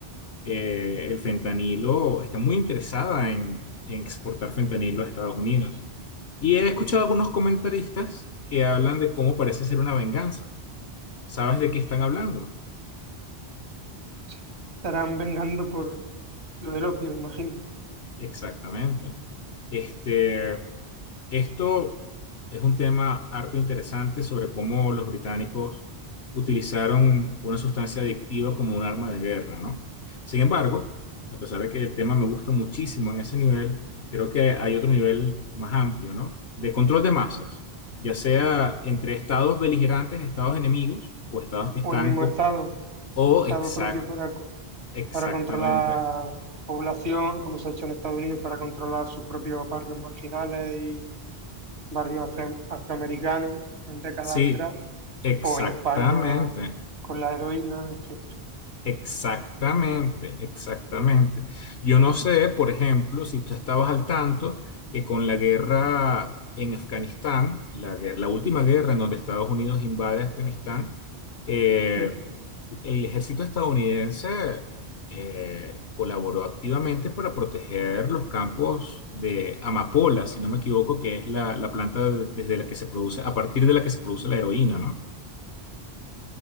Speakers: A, on the left; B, on the right.
A: eh, el fentanilo, está muy interesada en, en exportar fentanilo a Estados Unidos. Y he escuchado algunos comentaristas que hablan de cómo parece ser una venganza. ¿Sabes de qué están hablando?
B: Se estarán vengando por lo del opio, imagino.
A: Exactamente. Este, Esto es un tema harto interesante sobre cómo los británicos utilizaron una sustancia adictiva como un arma de guerra, ¿no? Sin embargo, a pesar de que el tema me gusta muchísimo en ese nivel, creo que hay otro nivel más amplio, ¿no? De control de masas, ya sea entre estados beligerantes, estados enemigos o estados que están
B: o el mismo
A: co-
B: Estado,
A: o
B: o Estado
A: exact,
B: propio para, co-
A: exactamente.
B: para controlar población, como se ha hecho en Estados Unidos para controlar sus propios barrios marginales y barrios afro- afroamericanos en décadas
A: Sí,
B: atrás,
A: exactamente.
B: o en España con la heroína, etcétera.
A: Exactamente, exactamente. Yo no sé, por ejemplo, si tú estabas al tanto que con la guerra en Afganistán, la, guer- la última guerra en donde Estados Unidos invade Afganistán, eh,
B: Mm.
A: el ejército estadounidense eh, colaboró activamente para proteger los campos de amapola, si no me equivoco, que es la, la planta de- desde la que se produce, a partir de la que se produce la heroína, ¿no?